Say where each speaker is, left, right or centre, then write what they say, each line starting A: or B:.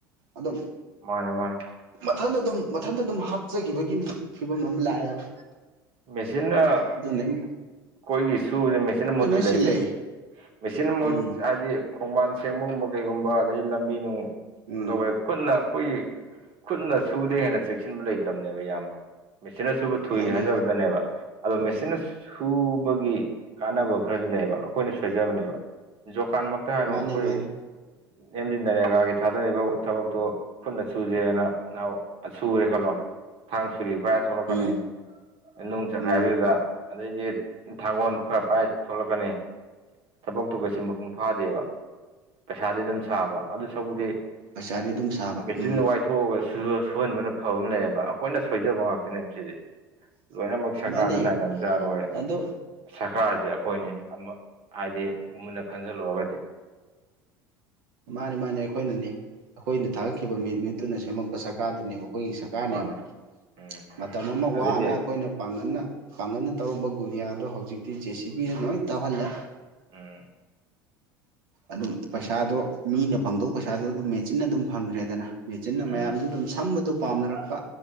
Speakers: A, on the right; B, on the right.
A: ꯑꯗꯨꯝ
B: ꯃꯥꯅꯦ ꯃꯥꯅꯦ
A: ꯃꯊꯟꯇ ꯑꯗꯨꯝ ꯃꯊꯟꯇ ꯑꯗꯨꯝ ꯍꯥꯞꯆꯈꯤꯕꯒꯤ ꯐꯤꯕꯝ ꯑꯃ ꯂꯥꯛꯑꯦꯕ
B: ꯃꯦꯆꯤꯟꯅ
A: ꯑꯗꯨꯅꯤ <unintelligible>
B: ꯈꯣꯏꯒꯤ ꯁꯨꯕꯁꯦ ꯃꯦꯆꯤꯟꯅꯥ ꯃꯍꯨꯠ ꯁꯤꯟꯂꯛ
A: ꯁꯤꯜꯂꯦ
B: ꯏꯖꯦ ꯃꯦꯆꯤꯟ ꯃꯨꯠ
A: ꯎꯝ
B: ꯍꯥꯏꯗꯤ ꯈꯣꯡꯕꯥꯟ ꯁꯦꯡꯕꯒꯨꯝꯕ ꯀꯩꯒꯨꯝꯕ ꯑꯗꯒꯤ ꯂꯝꯕꯤ ꯅꯨꯡ ꯀꯩꯅ
A: ꯎꯝ
B: ꯇꯧꯋꯦ ꯈꯨꯠꯅ ꯑꯩꯈꯣꯏꯒꯤ ꯈꯨꯠꯅ ꯁꯨꯕꯗꯩ ꯍꯦꯟꯅ ꯆꯦꯛꯁꯤꯟꯕ ꯂꯩꯇꯕꯅꯦꯕ ꯏꯌꯥꯝꯕ ꯃꯦꯆꯤꯟꯅ ꯁꯨꯕ ꯊꯨꯏ
A: ꯃꯥꯅꯦ
B: ꯍꯥꯏꯖꯕꯗꯅꯦꯕ ꯑꯗꯣ ꯃꯦꯆꯤꯟꯅ ꯁꯨꯕꯒꯤ ꯀꯥꯟꯅꯕ ꯈꯔꯁꯨ ꯂꯩꯌꯦꯕ ꯑꯩꯈꯣꯏꯅ ꯁꯣꯏꯖꯕꯅꯦꯕ ꯖꯣꯀꯥꯟ ꯃꯛ ꯇ ꯍꯥꯏꯔꯣ
A: ꯃꯥꯅꯦ
B: ꯑꯩꯈꯣꯏ
A: ꯃꯥꯅꯦ
B: ꯑꯦꯝ ꯖꯤ ꯅꯔꯦꯒꯥꯒꯤ ꯊꯥꯗꯔꯤꯕ ꯊꯕꯛꯇꯣ ꯈꯨꯠꯅ ꯆꯨꯖꯦꯅ ꯅꯍꯣ ꯁꯨꯔꯦ ꯈꯜꯂꯣ ꯊꯥꯡ ꯁꯨꯔꯤ ꯄꯥꯏ ꯊꯣꯛꯂꯛꯀꯅꯤ
A: ꯎꯝ
B: ꯅꯨꯡ ꯆꯈꯥꯏꯕꯗꯨꯗ
A: ꯎꯝ
B: ꯑꯗꯩꯗꯤ ꯊꯥꯡꯒꯣꯜ ꯈꯔ ꯄꯥꯏ ꯊꯣꯛꯂꯛꯀꯅꯤ ꯊꯕꯛꯇꯨ ꯀꯩꯁꯨ ꯃꯄꯨꯡ ꯐꯥꯗꯦꯕ ꯄꯩꯁꯥꯗꯤ ꯑꯗꯨꯝ ꯁꯥꯕ ꯑꯗꯨ ꯁꯎꯛꯄꯨꯗꯤ
A: ꯄꯩꯁꯥꯗꯤ ꯑꯗꯨꯝ ꯁꯥꯕ
B: ꯃꯦꯆꯤꯟ
A: ꯎꯝ
B: ꯋꯥꯏꯊꯣꯛꯑꯒ ꯁꯨꯍꯟꯕꯅ ꯐꯕ ꯑꯃ ꯂꯩꯌꯦꯕ ꯑꯩꯈꯣꯏꯅ ꯁꯣꯏꯖꯕ ꯉꯥꯛꯇꯅꯦꯕ ꯁꯤꯗꯤ ꯂꯣꯏꯅꯃꯛ ꯁꯔꯀꯥꯔꯗ
A: ꯃꯥꯅꯦ
B: ꯇꯥꯏꯅꯕꯁꯨ ꯌꯥꯔꯣꯏ
A: ꯑꯗꯣ
B: ꯁꯔꯀꯥꯔꯁꯦ ꯑꯩꯈꯣꯏꯅꯤ ꯑꯃ ꯍꯥꯏꯗꯤ ꯃꯨꯟꯅ ꯈꯟꯖꯜꯂꯨꯔꯒꯗꯤ
A: ꯃꯥꯅꯦ ꯃꯥꯅꯦ ꯑꯩꯈꯣꯏꯅꯅꯦ ꯑꯩꯈꯣꯏꯅ ꯊꯥꯒꯠꯈꯤꯕ ꯃꯤꯠ ꯃꯤꯍꯨꯠꯇꯨꯅ ꯁꯦꯝꯃꯛꯄ ꯁꯔꯀꯥꯔꯗꯨꯅꯦꯕ ꯑꯩꯈꯣꯏꯒꯤ ꯁꯔꯀꯥꯔꯅꯦꯕ
B: ꯃꯥꯅꯦ ꯎꯝ
A: ꯃꯇꯝ ꯑꯃ
B: ꯑꯗꯩꯗꯤ
A: ꯋꯥꯅ ꯑꯩꯈꯣꯏꯅ ꯄꯥꯡꯒꯟꯅ ꯄꯥꯡꯒꯟꯅ ꯇꯧꯔꯝꯕ ꯒꯨꯅꯤꯌꯥꯗꯣ ꯍꯧꯖꯤꯛꯇꯤ ꯖꯦ ꯁꯤ ꯕꯤꯅ ꯂꯣꯏ ꯇꯧꯍꯜꯂꯦ
B: ꯎꯝ
A: ꯑꯗꯨꯝ ꯄꯩꯁꯥꯗꯣ ꯃꯤꯅ ꯐꯪꯗꯧꯕ ꯄꯩꯁꯥꯗꯣ ꯑꯗꯨꯝ ꯃꯦꯆꯤꯟꯅ ꯑꯗꯨꯝ ꯐꯪꯈ꯭ꯔꯦꯗꯅ ꯃꯦꯆꯤꯟꯅ
B: ꯎꯝ
A: ꯃꯌꯥꯝꯁꯨ ꯑꯗꯨꯝ ꯁꯝꯕꯗꯨ ꯄꯥꯝꯅꯔꯛꯄ